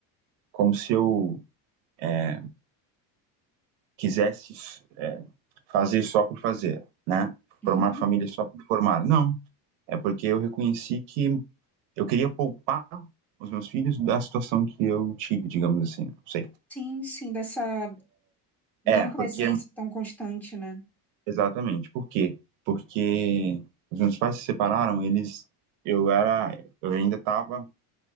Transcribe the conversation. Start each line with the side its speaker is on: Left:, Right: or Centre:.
Right: como se eu é, quisesse é, fazer só por fazer, né?
Centre: Uhum.
Right: Formar família só por formar. Não, é porque eu reconheci que Eu queria poupar os meus filhos da situação que eu tive, digamos assim, não sei.
Centre: Sim, sim, dessa não
Right: É,
Centre: presença
Right: porque,
Centre: tão constante, né?
Right: exatamente, por quê? Porque os meus pais se separaram, eles, eu era, eu ainda estava